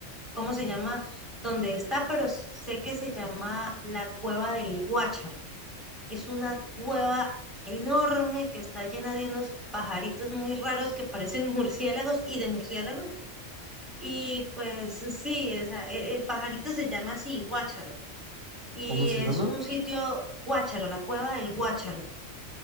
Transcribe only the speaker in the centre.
cómo se llama, dónde está, pero sé que se llama la Cueva del Guácharo. Es una cueva enorme que está llena de unos pajaritos muy raros que parecen <laughs> murciélagos y de murciélagos. Y pues sí, esa- e- el pajarito se llama así, Guácharo. Y
es
un sitio, Guácharo, la Cueva del Guácharo.